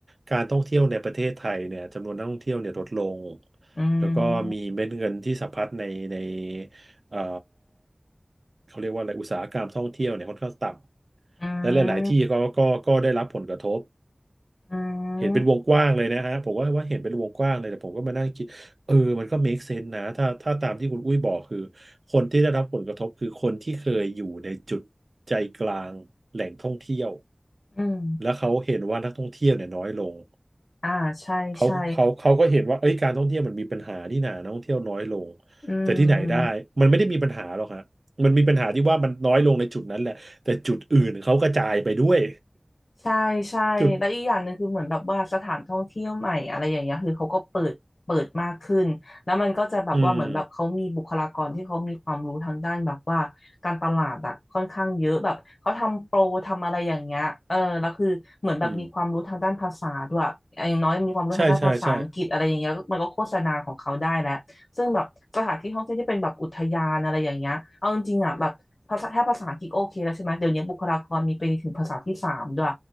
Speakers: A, on the right; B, on the left.
A: การท่องเที่ยวในประเทศไทยเนี่ยจำนวนนักท่องเที่ยวเนี่ยลดลง
B: อื
A: แล้วก็มีเม็ดเงินที่สะพัดในใน
B: ม
A: เอ่อเขาเรียกว่าอะไรอุตสาหกรรมท่องเที่ยวเนี่ยค่อนข้างต่ำและหลายๆที่ก็ก็ก็ได้รับผลกระทบ
B: อืมอื
A: เห็นเป็นวงกว้างเลยนะฮะผมว่าว่าเห็นเป็นวงกว้างเลยแต่ผมก็มานั่งคิดเออมันก็
B: ม
A: make sense นะถ้าถ้าตามที่คุณอุ้ยบอกคือคนที่ได้รับผลกระทบคือคนที่เคยอยู่ในจุดใจกลางแหล่งท่องเที่ยว
B: อืม
A: แล้วเขาเห็นว่านักท่องเที่ยวเนี่ยน้อยลง
B: อ่าใช่ใช่
A: เขาเขาเขาก็เห็นว่าเอ้ยการท่องเที่ยวมันมีปัญหานี่หนานักท่องเที่ยวน้อยลง
B: อืม
A: แต่ที่ไหนได้มันไม่ได้มีปัญหาหรอกฮะมันมีปัญหาที่ว่ามันน้อยลงในจุดนั้นแหละแต่จุดอื่นเขากระจายไปด้วย
B: ใช่ใช่แล้วอีกอย่างหนึ่งคือเหมือนแบบว่าสถานท่องเที่ยวใหม่อะไรอย่างเงี้ยคือเขาก็เปิดเปิดมากขึ้นแล้วมันก็จะแบบว่าเหมือนแบบเขามีบุคลากรที่เขามีความรู้ทางด้านแบบว่าการตลาดอะค่อนข้างเยอะแบบเขาทำโปรทำอะไรอย่างเงี้ยเออแล้วคือเหมือนแบบมีความรู้ทางด้านภาษาด้วยอย่างน้อยมีความรู้ทางด้านภาษาอังกฤษอะไรอย่างเงี้ยมันก็โฆษณาของเขาได้แล้วซึ่งแบบสถานที่ท่องเที่ยวที่เป็นแบบอุทยานอะไรอย่างเงี้ยเอาจริงๆอ่ะแบบภาษาแค่ภาษาอังกฤษโอเคแล้วใช่ไหมเดี๋ยวนี้บุคลากรมีไปถึงภาษาที่สามด้วย
A: <laughs> จุดอืมอืมใช่ใช่ใช่